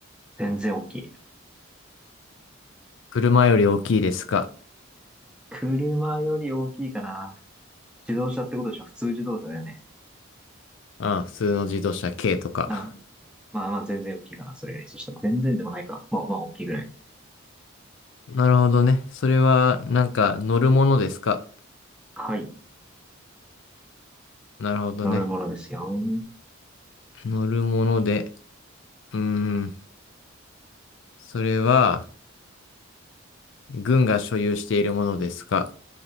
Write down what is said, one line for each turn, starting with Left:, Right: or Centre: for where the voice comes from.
Centre: 全然大きい。
Left: 車より大きいですか
Centre: 車より大きいかな。自動車ってことでしょ普通自動車だよね。
Left: あ、普通の自動車軽とか。
Centre: うん。まあまあ、全然大きいかな。それより。そしたら全然でもないか。まあまあ、大きいぐらい。
Left: なるほどね。それはなんか乗るものですか
Centre: はい。
Left: なるほどね。
Centre: 乗るものですよ。
Left: 乗るもので、うーん。それは軍が所有しているものですか